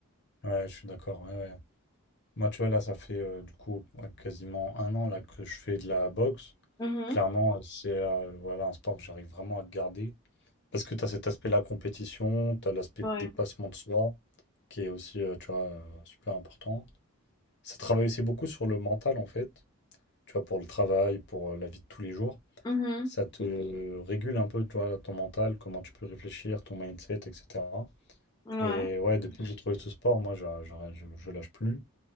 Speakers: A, on the left; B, on the left.
A: Ouais, je suis d'accord. ouais, ouais. Moi, tu vois, là, ça fait euh, du coup ouais, quasiment un an là, que je fais de la boxe.
B: Mhm.
A: Clairement, euh, c'est euh, voilà, un sport que j'arrive vraiment à garder. Parce que tu as cet aspect-là, compétition, tu as l'aspect
B: Ouais.
A: de dépassement de soi, qui est aussi, euh, tu vois, euh, super important. Ça travaille aussi beaucoup sur le mental, en fait, tu vois, pour le travail, pour euh, la vie de tous les jours.
B: Mhm.
A: Ça te régule un peu, toi, ton mental, comment tu peux réfléchir, ton mindset, etc.
B: Ouais.
A: Et ouais, depuis que j'ai trouvé ce sport, moi, j'a- j'a- je, je lâche plus.